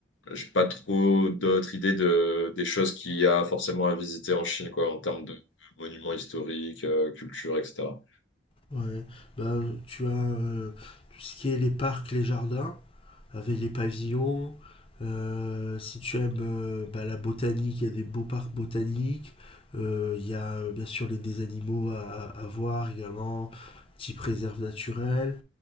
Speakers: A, on the left (about 85°); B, on the left (about 30°).
A: J'ai pas trop d'autres idées de, des choses qu'il y a forcément à visiter en Chine, quoi, en termes de monuments historiques, euh, culture, etc.
B: Ouais, Ben, tu as euh, tout ce qui est les parcs, les jardins, avec les pavillons. Euh, si tu aimes euh, bah, la botanique, il y a des beaux parcs botaniques. Euh, Il y a euh, bien sûr les, des animaux à, à voir également, type réserve naturelle.